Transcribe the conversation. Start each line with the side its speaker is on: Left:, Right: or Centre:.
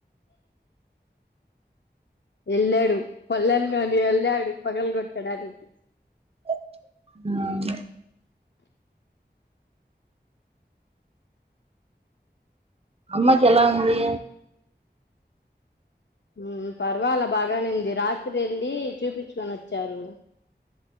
Left: వెళ్ళాడు పళణ గానీ వెళ్ళాడు పగలుగొట్టడానికి
Right: అ అమ్మకు ఎలా ఉంది
Left: మ్మ్ పర్వాలా బాగానే ఉంది రాత్రి వెళ్ళి చూపించుకొని వచ్చారు